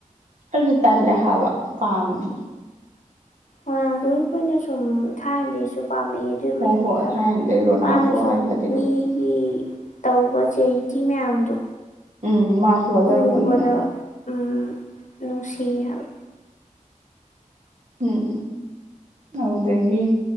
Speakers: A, on the right (about 60°); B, on the left (about 65°).
A: ꯑꯩꯅ ꯇꯜꯂꯦ ꯍꯥꯕ ꯄꯥꯝꯗꯤ
B: ꯔꯣꯅꯥꯟꯗꯣꯗꯤ ꯑꯩꯈꯣꯢꯅ ꯁꯨꯝ ꯊꯥꯏꯅꯗꯩꯩ ꯁꯨ ꯄꯥꯝꯃꯛꯏ ꯑꯗꯨꯏ
A: ꯍꯣ
B: ꯃꯊꯛꯇ
A: ꯍꯣꯏ ꯊꯥꯏꯅꯗꯩ ꯔꯣꯅꯥꯜꯗꯣ
B: ꯃꯥꯅ ꯁꯨꯝ
A: ꯍꯥꯏꯈ꯭ꯔꯗꯤꯗꯣ
B: ꯃꯤꯒꯤ ꯇꯧꯕ ꯆꯦꯔꯤꯇꯤ ꯃꯌꯥꯝꯗꯣ
A: ꯎꯝ ꯃꯥꯁꯨ ꯋꯥꯖꯔꯛꯄꯅꯤꯅ
B: ꯎꯕꯗ ꯎꯝ ꯅꯨꯡꯁꯤ ꯍꯥꯏꯕ
A: ꯎꯝ ꯎꯝ ꯑꯗꯨꯗꯒꯤ